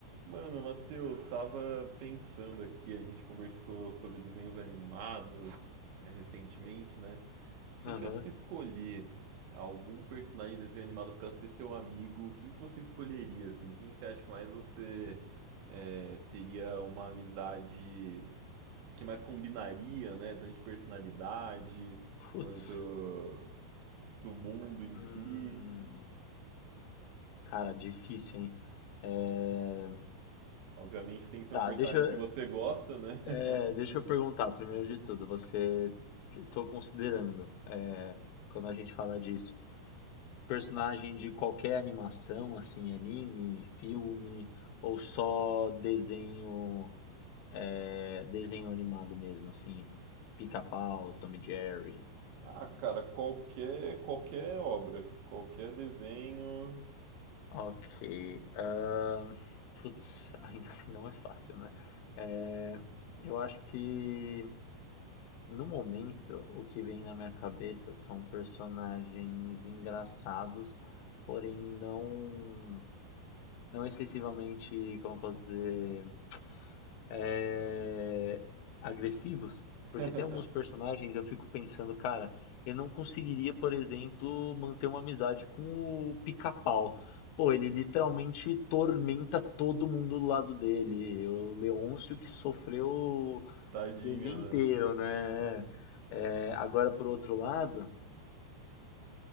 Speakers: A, on the right (about 85°); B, on the left (about 80°).
A: Mano, Matheus, tava pensando aqui, a gente conversou sobre desenhos animados é, recentemente, né? Se
B: Aham.
A: você tivesse que escolher algum personagem de desenho animado pra ser seu amigo, quem que você escolheria, assim? Quem você acha que mais você é, teria uma amizade que mais combinaria, né? Tanto de personalidade
B: Putz.
A: quanto do mundo em
B: Hum.
A: si.
B: Cara, difícil, hein? É,
A: Obviamente tem que ser
B: Tá,
A: um personagem
B: deixa, eu-
A: que você gosta, né? <laughs>
B: é, deixa eu perguntar, primeiro de tudo, você... Tô considerando, é, quando a gente fala disso, personagem de qualquer animação, assim, anime, filme, ou só desenho, é, desenho animado mesmo, assim, Pica-Pau, Tom e Jerry.
A: Ah, cara, qualquer qualquer obra, qualquer desenho.
B: Ok. ahn, putz, ainda assim não é fácil, né? É, eu acho que no momento o que vem na minha cabeça são personagens engraçados, porém não, não excessivamente, como eu posso dizer é, agressivos, porque
A: <laughs>
B: tem alguns personagens eu fico pensando, cara, eu não conseguiria, por exemplo, manter uma amizade com o Pica-Pau. Pô, ele literalmente tormenta todo mundo do lado dele. O Leôncio que sofreu o
A: Tadinha,
B: desenho inteiro,
A: né?
B: né? É, agora, por outro lado,